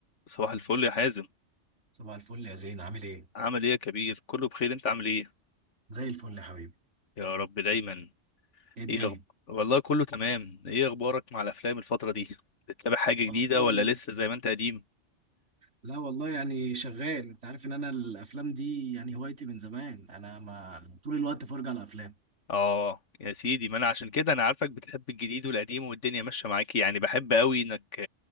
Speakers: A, on the left; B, on the right.
A: صباح الفل يا حازم
B: صباح الفل يا زين عامل ايه؟
A: عامل ايه يا كبير كله بخير انت عامل ايه
B: زي الفل يا حبيبي،
A: يا رب دايما
B: ايه الدنيا؟
A: ايه أخب... والله كله تمام ايه اخبارك مع الافلام الفترة دي بتتابع حاجة جديدة
B: والله
A: ولا لسه زي ما انت قديم
B: لا والله يعني شغال، انت عارف ان انا الافلام دي يعني هوايتي من زمان، انا ما طول الوقت فرجة على افلام،
A: اه يا سيدي ما انا عشان كده انا عارفك بتحب الجديد والقديم والدنيا ماشيه معاكي يعني بحب قوي انك